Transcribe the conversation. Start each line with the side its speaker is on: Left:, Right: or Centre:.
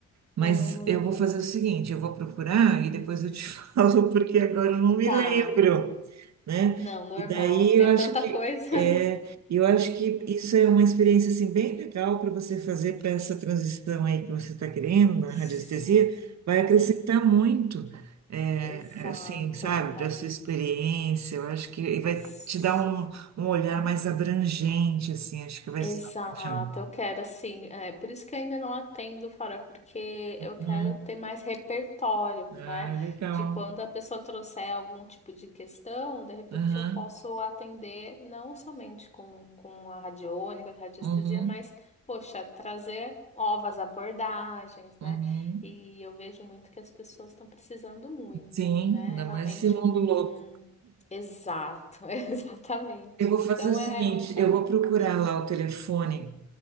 Right: Mas
Left: ah,
Right: eu
Left: legal.
Right: vou fazer o seguinte, eu vou procurar e depois eu te <laughs> falo, porque agora eu não me
Left: Tá,
Right: lembro, né?
Left: não, normal.
Right: E daí
Left: Tem
Right: eu acho
Left: tanta
Right: que
Left: coisa.
Right: é, eu acho que
Left: <laughs>
Right: isso é uma experiência assim bem legal para você fazer para essa transição aí que você está querendo na
Left: Sim.
Right: radiestesia, vai acrescentar
Left: Uhum.
Right: muito, é,
Left: Exato.
Right: assim, sabe,
Left: É.
Right: para sua experiência. Eu acho que e vai
Left: Sim.
Right: te dar um, um olhar mais abrangente, assim. Acho que vai
Left: Exato,
Right: ser ótimo.
Left: eu quero assim, é por isso que eu ainda não atendo fora, porque eu
Right: Uhum.
Left: quero ter mais repertório,
Right: Ah,
Left: né?
Right: legal.
Left: De quando a pessoa trouxer algum tipo de questão, de repente
Right: Aham.
Left: eu posso atender não somente com, com a radiônica, com a radiestesia,
Right: Uhum.
Left: mas, poxa, trazer novas abordagens,
Right: Uhum.
Left: né? E eu vejo muito que as pessoas estão precisando muito,
Right: Sim,
Left: né?
Right: ainda
Left: É realmente
Right: mais esse mundo
Left: um...
Right: louco.
Left: um- Exato, <laughs> exatamente.
Right: Eu vou
Left: Então
Right: fazer o seguinte,
Left: é é um chamado.
Right: eu vou procurar
Left: Uhum.
Right: lá o telefone